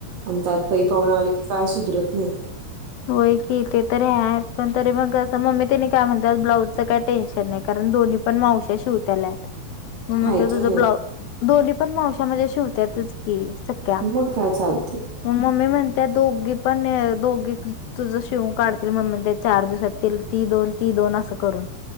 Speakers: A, on the right; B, on the left.
A: आणि त्यात प पाहु आलं की काय सुधरत नाही
B: होय की ते तर ह्या पण तरी मग असं मम्मी त्याने काय म्हणतात ब्लाउजचं काय टेन्शन नाही कारण दोन्ही पण मावश्या शिवताल्या आहेत मग म
A: आहे
B: ते तुझं
A: तर
B: ब्ला दोन्ही पण मावश्या म्हणे शिवत्यातच की सक्या
A: मग काय चालते
B: मममी म्हणती त्या दोग पन दोग तुझं शिव काढतील मग म्हणजे चार दिवसात ते ती दोन ती दोन असं करून